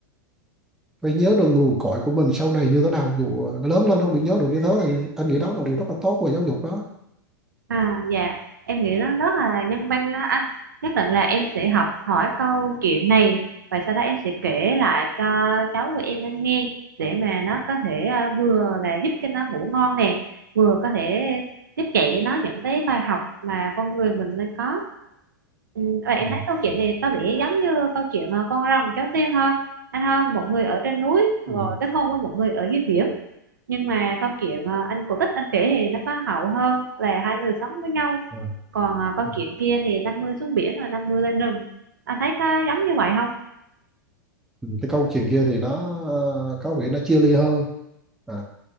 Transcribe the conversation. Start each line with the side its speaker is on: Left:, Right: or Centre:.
Centre: phải nhớ được nguồn cội của mình sau này như thế nào dù ờ, nó lớn lên nó không bị nhớ được như thế này anh nghĩ đó là một điều rất là tốt của giáo dục đó
Right: À, dạ em nghĩ nó rất là nhân văn đó anh nhất định là em sẽ học hỏi câu chuyện này và sau đó em sẽ kể lại cho cháu của em nó nghe để mà nó có thể ờ, vừa là giúp cho nó ngủ ngon nè vừa có thể tiếp dạy nó những cái bài học mà con người mình nên có ừ, và em
Centre: Ừ.
Right: thấy câu chuyện này có vẻ giống như câu chuyện ờ, con rồng cháu tiên ha anh ha một người ở trên núi
Centre: ừ.
Right: rồi kết hôn với một người ở dưới biển nhưng mà câu chuyện ờ, anh cổ tích anh kể thì nó có hậu hơn là hai người sống với nhau
Centre: Ờ.
Right: còn à, con
Centre: Ừ.
Right: kiến kia thì 50 xuống biển là 50 lên rừng anh thấy có giống như vậy không
Centre: Ừ. cái câu chuyện kia thì nó ờ, có vẻ nó chia ly hơn À,